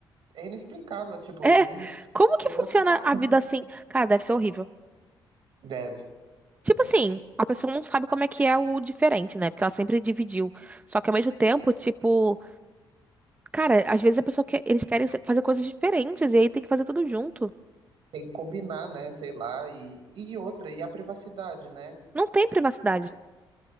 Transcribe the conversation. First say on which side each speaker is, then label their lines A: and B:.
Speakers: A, on the right (about 70°); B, on the right (about 15°).
A: é inexplicável. Tipo,
B: É.
A: não
B: Como que
A: tem
B: funciona
A: nem o que falar.
B: a vida assim? Cara, deve ser horrível.
A: Deve.
B: Tipo assim, a pessoa não sabe como é que é o diferente, né? Porque ela sempre dividiu. Só que ao mesmo tempo, tipo, cara, às vezes a pessoa quer, eles querem se- fazer coisas diferentes e aí tem que fazer tudo junto.
A: Tem que combinar, né? Sei lá. E, e outra, e a privacidade, né?
B: Não tem privacidade.